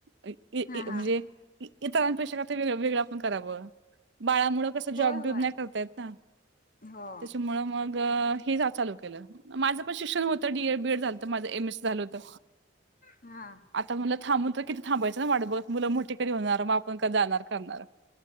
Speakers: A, on the right; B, on the left.
A: ये
B: हा
A: ये म्हणजे
B: हा
A: इ इतरांपेक्षा काहीतरी वेगळं वेगळं आपण करावं बाळामुळं कसं जॉब
B: होय होय
A: विब नाही करता येत ना
B: हो
A: त्याच्यामुळं मग गं हे जवा चालू केलं माझं पण शिक्षण हो. त डी एड बी एड झालंतं माझं एम एस झालं होतं.
B: हां.
A: आता मुलं थांबून तर किती थांबायंच ना वाटं बघत मुलं मोठी कधी होणार? मग आपण क जाणार करणार.